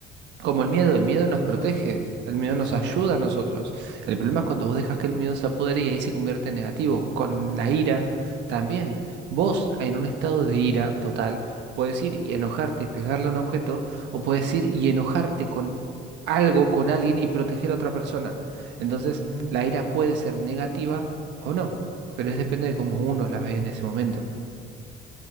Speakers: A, on the right (about 75°); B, on the left (about 20°).
A: como el miedo, el
B: De,
A: miedo
B: de
A: nos
B: hecho,
A: protege,
B: es
A: el miedo
B: exacto.
A: nos ayuda a nosotros. El problema es cuando vos dejas que el miedo se apodere y ahí se convierte en negativo. Con la ira también. Vos en un estado de ira total puedes ir y enojarte y pegarle a un objeto o puedes ir y enojarte con algo, con alguien y proteger a otra persona. Entonces
B: Ujú.
A: la ira puede ser negativa o no, pero es depende de cómo uno la ve en ese momento.